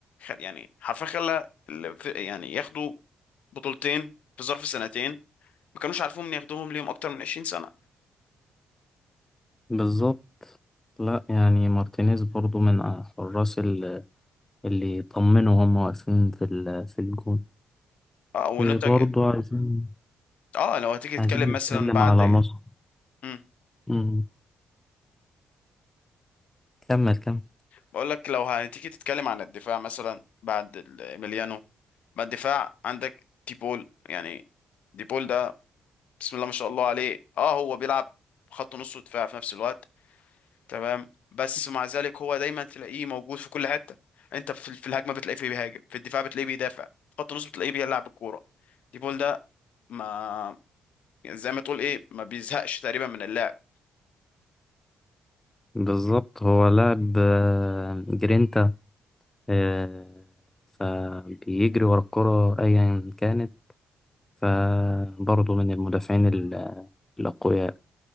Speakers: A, on the left (about 70°); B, on the left (about 15°).
A: خل... يعني حرفيا خلى ال- في- يعني ياخدوا بطولتين في ظرف سنتين ما كانوش عارفين ياخدوهم ليهم اكتر من 20 سنه
B: بالظبط لا يعني مارتينيز برضو من حراس اللي يطمنوا هم واقفين في ال- في الجون
A: اه وننتج
B: إيه برضو عايزين
A: اه لو هتيجي
B: عايزين
A: تتكلم
B: نتكلم
A: مثلا بعد
B: على نصر
A: امم
B: مم. كمل كمل
A: بقول لك لو هتيجي تتكلم عن الدفاع مثلا بعد ال- اميليانو ما الدفاع عندك ديبول يعني ديبول ده بسم الله ما شاء الله عليه اه هو بيلعب خط نص ودفاع في نفس الوقت تمام بس مع ذلك هو دايما تلاقيه موجود في كل حته انت في في الهجمه بتلاقيه في بيهاجم في الدفاع بتلاقيه بيدافع في خط النص بتلاقيه بيلعب الكوره دي بول ده ما يعني زي ما تقول ايه ما بيزهقش تقريبا من اللعب
B: بالظبط هو لاعب آه، جرينتا آه، فبيجري ورا الكرة أيا كانت فبرضه من المدافعين ال- الأقوياء